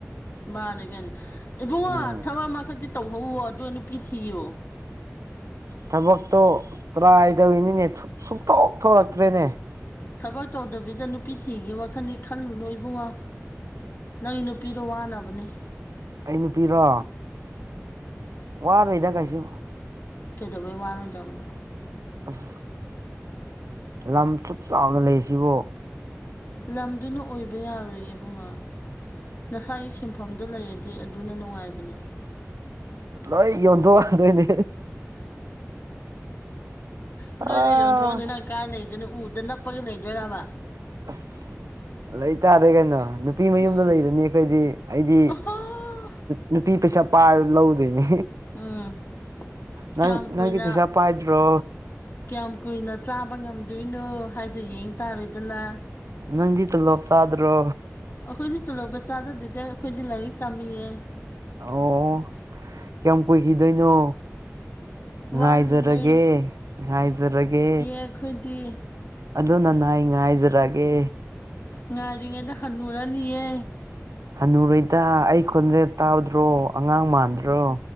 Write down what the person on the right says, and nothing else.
ꯎꯝ
ꯊꯕꯛꯇꯣ ꯇ꯭ꯔꯥꯏ ꯇꯧꯔꯤꯅꯤꯅꯦ ꯁꯨꯡꯇꯣꯛ ꯊꯣꯔꯛꯇ꯭ꯔꯦꯅꯦ
ꯑꯩ ꯅꯨꯄꯤꯔꯣ ꯋꯥꯔꯣꯏꯗꯪ ꯀꯩꯁꯨ
ꯑꯁ ꯂꯝ ꯁꯨꯞ ꯆꯥꯎꯅ ꯂꯩꯔꯤꯁꯤꯕꯨ
ꯂ ꯌꯗ ꯋꯥꯗꯅꯦ
ꯑꯥ
ꯑꯁ ꯂꯩꯇꯥꯥꯔꯦ ꯀꯩꯅꯣ ꯅꯨꯄꯤ ꯃꯌꯨꯝꯗ
ꯂꯩꯔꯅꯤ ꯑꯩꯈꯣꯏꯗꯤ ꯑꯩꯗꯤ
ꯅꯨꯄꯤ ꯄꯩꯁꯥ ꯄꯥꯏꯔ ꯂꯧꯗꯣꯏꯅꯦ
ꯅꯪ
ꯅꯪꯗꯤ ꯄꯩꯁꯥ ꯄꯥꯏꯗ꯭ꯔꯣ
ꯅꯪꯗꯤ ꯇꯂꯣꯞ ꯆꯥꯗ꯭ꯔꯣ
ꯑꯣ ꯀꯌꯥꯝ ꯀꯨꯏꯈꯤꯗꯣꯏꯅꯣ ꯉꯥꯏꯖꯔꯒꯦ
ꯉꯥꯏꯖꯔꯒꯦ
ꯑꯗꯨ ꯅ ꯅ ꯑꯩ ꯉꯥꯏꯖꯔꯒꯦ
ꯍꯅꯨꯔꯣꯏꯇꯥ ꯑꯩ ꯈꯣꯟꯖꯦꯜ ꯇꯥꯗ꯭ꯔꯣ ꯑꯉꯥꯡ ꯃꯥꯟꯗ꯭ꯔꯣ